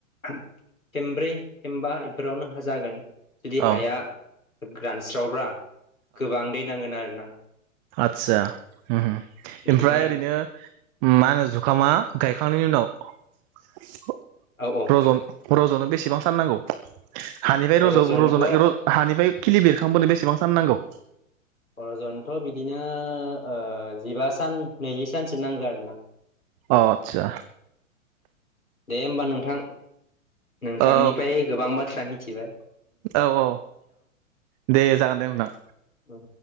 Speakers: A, on the left; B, on the right.
A: खेमब्रै खेमबा इफोरावनो हो जागोन जुदि
B: औ
A: हाया ग्रानस्रावब्रा गोबां दै नांगोन आरो ना <inaudible>
B: आतसा उम उम
A: बिदिनो
B: ओमफ्राय
A: आरोना
B: ओरैनो मा होनो जुखामा गायखांनायनि उनाव <unintelligible>
A: औ औ
B: <unintelligible> रज'नो बेसेबां साननांगौ? हानिफ्राय रज'
A: अरजनथ'
B: रज'नाय रज' हानिफ्राय खिलि बेरखांबोनो बेसे बेसेबां सान नांगौ?
A: र'जनथ' बिदिनो ओ जिबा सान नैजि सानसो नांगो आरोना।
B: अ आतसा
A: दे होमबा नोंथां नोंथांनिफ्राय
B: औ
A: गोबां बाथ्रा मि थिबाय
B: औ औ दे जागोन दे नोंथां।
A: नामा